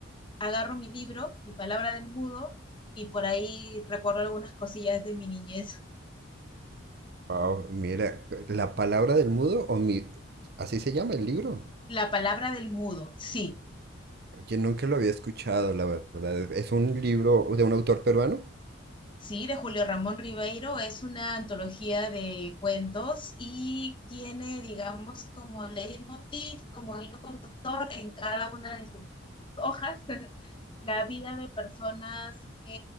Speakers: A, on the left; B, on the right.
A: agarro mi libro, mi palabra del mudo, y por ahí recuerdo algunas cosillas de mi niñez.
B: Wow, mira, la palabra del mudo o mi, así se llama el libro.
A: La palabra del mudo, sí,
B: Oye, nunca lo había escuchado, la verdad. Es un libro de un autor peruano.
A: Sí, de Julio Ramón Ribeiro. Es una antología de cuentos y tiene, digamos, como leitmotiv, como hilo conductor en cada una de sus hojas, <laughs> la vida de personas que